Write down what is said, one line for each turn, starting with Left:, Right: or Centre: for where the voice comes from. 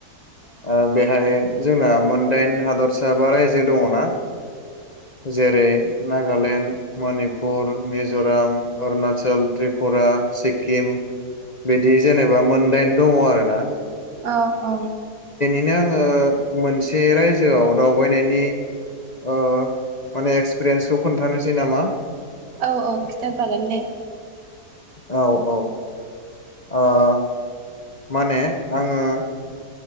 Left: ओ बेहाय जोंना मोनदाइन हादरसा बा रायजो दङना जेरै नागालेण्ड मनि मिज'राम अरुणाचल त्रिपुरा सिक्किम बिदि जेनेबा मोनदाइन दङ आरोना।
Right: औ औ
Left: नो आङो मोनसे रायजोआव दावबायनायनि ओ माने एक्सपिरियेन्सखौ खोनथानोसै नामा?
Right: औ औ खिथाजागोन दे।
Left: औ औ आ माने आङो